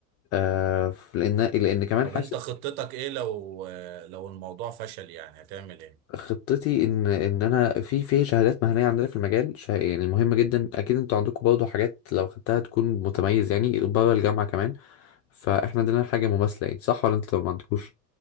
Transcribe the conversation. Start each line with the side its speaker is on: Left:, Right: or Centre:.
Left: آه ف- لان لان كمان
Right: طب
Left: حاسس
Right: انت خطتك ايه لو لو الموضوع فشل يعني هتعمل ايه
Left: خطتي ان ان انا في في شهادات مهنيه عندنا في المجال شه... يعني مهمه جدا اكيد انتوا عندكم برضه حاجات لو خدتها تكون متميز يعني بره الجامعه كمان فاحنا عندنا حاجه مماثله يعني صح ولا انتوا ما عندكوش